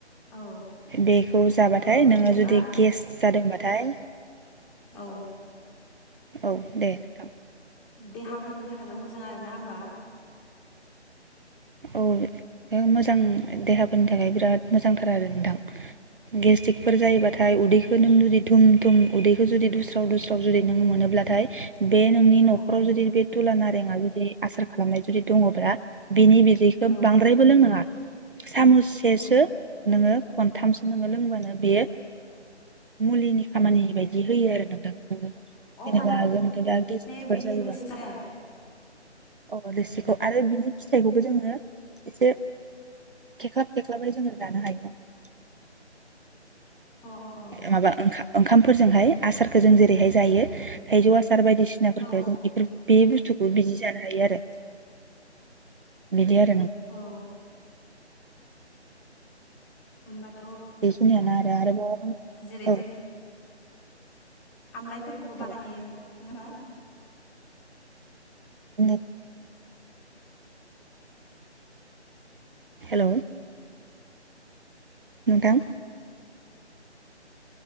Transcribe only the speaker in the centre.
औ
ओ बिदिनो
जेनेबा
औ
देहाफोरनि थाखायबो मोजां आरो ना होमबा?
औ
औ
औ
औ
अ
माने
बेनि
रोसि
अ अ अ
औ
औ <inaudible>
जेरै
आमलाायफोरखौबो बानाय
हायो <inaudible>